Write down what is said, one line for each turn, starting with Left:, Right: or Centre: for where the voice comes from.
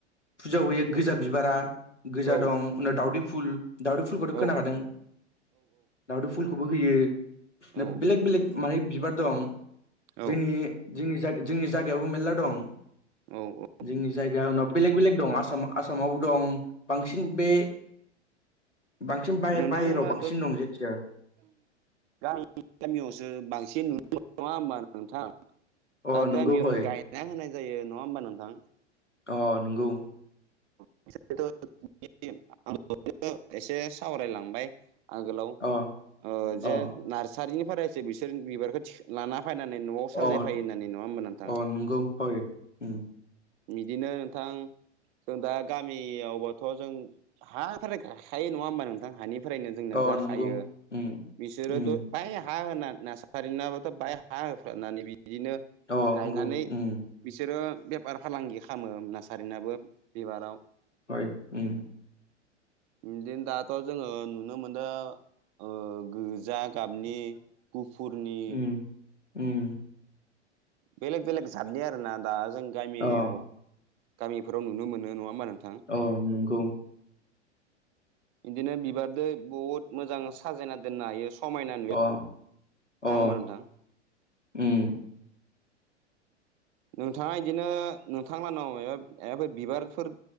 Left: फुजायाव होयो गोजा बिबारा गोजा
Right: औ
Left: दं उनाव दाउदै फुल दावदै फुलखौथ'
Right: औ
Left: खोनाखादों दाउदै फुलखौबो होयो
Right: औ
Left: बेलेक बेलेक माने बिबार दं
Right: औ
Left: जोंनि जोंनि जाग जोंनि जायगायाव‌बो मेरला दं
Right: औ औ
Left: जोंनि जायगा उनाव बेलेग बेलेग दं आसाम आसामावबो दं बांसिन बे बांसिन बाय-बायेरायाव
Right: नोंथां होमबा
Left: बांसिन दं जायखिजाया
Right: गामि गामियावसो बांसिन नुनो मोनो नङा होमबा नोंथां
Left: अ
Right: दा
Left: नंगौ
Right: गामियावनो
Left: हय
Right: गायना होनाय जायो नङा होमबा नोंथां
Left: अह नोंगौ।
Right: <unintelligible> एसे सावरायलांबाय। आगोलाव
Left: अ
Right: ओ जे
Left: अ
Right: नार्सारिनि फरायसै बिसोर बिबारखौ थि-लाना फायनानै न'आव साजायफायो
Left: अ
Right: होननानै नङा होमबा नोंथां?
Left: अ नंगौ हय उम
Right: बिदिनो नोंथां जों दा गामियावबाथ' जों हाथारै गाखायो नङा होमबा नोंथां हानि फ्रायनो जोंना
Left: अ
Right: जाखायो
Left: नंगौ उम
Right: बिसोरो
Left: उम
Right: द बाय हा होना नास सारिनाबोथ' बाय हा होफ्रानानै बिदिनो
Left: अ
Right: गायनानै
Left: नंगौ उम
Right: बिसोरो बेफार फालांगि खामो नार्सारिनाबो बिबाराव।
Left: हय उम।
Right: बिदिनो दाथ' जोङो नुनो मोनदो ओ गोजा गाबनि गुफुरनि
Left: उम उम।
Right: बेलेग बेलेग जतनि आरोना दा जों गामियाव
Left: अ
Right: गामिफोराव नुनो मोनो नङा होमबा नों
Left: औ औ नंगौ।
Right: इदिनो बिबारदो बहुत मोजां साजायना दोननो हायो समायना नुयो
Left: अ
Right: नङा
Left: अ
Right: होमबा नोंथां
Left: उम।
Right: नोंथाङा इदिनो नोंथां लानाव <unintelligible> बिबारफोर